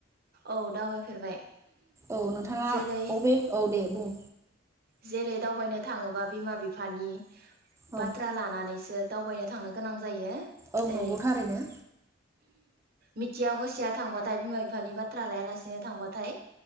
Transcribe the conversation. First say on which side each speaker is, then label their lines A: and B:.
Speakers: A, on the right; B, on the right.
A: औ दावबायफेरबाय।
B: औ नोंथाङा
A: जेरै
B: अबे औ दे बुं।
A: जेरै दावबायनो थाङोबा बिमा बिफानि
B: औ
A: बाथ्रा लानानैसो दावबायनो थांनो गोनां जायो।
B: औ
A: जेरै
B: नंगौ‌ थारैनो।
A: मिथिया हसिया थांबाथाय बिमा बिफानि बाथ्रा लायालासेनो थांबाथाय